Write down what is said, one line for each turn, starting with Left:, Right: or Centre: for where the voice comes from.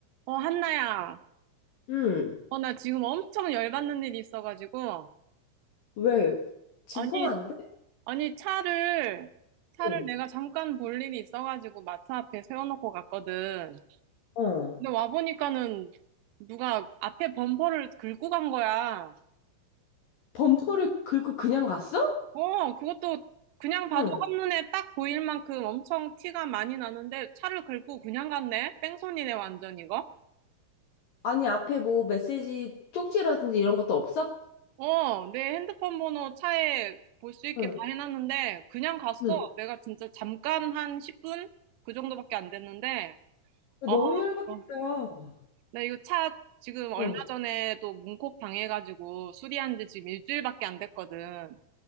Right: 어, 한나야.
Left: 응.
Right: 어, 나 지금 엄청 열받는 일이 있어가지고.
Left: 왜? 지금
Right: 아니,
Left: 통화 안 돼?
Right: 아니, 차를, 차를
Left: 응.
Right: 내가 잠깐 볼 일이 있어가지고 마트 앞에 세워놓고 갔거든.
Left: 어.
Right: 근데 와보니까는 누가 앞에 범퍼를 긁고 간 거야.
Left: 범퍼를 긁고 그냥 갔어?
Right: 어, 그것도 그냥 봐도
Left: 응.
Right: 한눈에 딱 보일 만큼 엄청 티가 많이 나는데 차를 긁고 그냥 갔네? 뺑소니네, 완전 이거?
Left: 아니, 앞에 뭐 메시지 쪽지라든지 이런 것도 없어?
Right: 어, 내 핸드폰 번호 차에 볼 수 있게
Left: 응.
Right: 다 해놨는데, 그냥 갔어.
Left: 응.
Right: 내가 진짜 잠깐 한 10분? 그 정도밖에 안 됐는데, 어,
Left: 너무 열받겠다.
Right: 이거. 나 이거 차 지금 얼마
Left: 응.
Right: 전에 또 문콕 당해가지고 수리한 지 지금 일주일밖에 안 됐거든.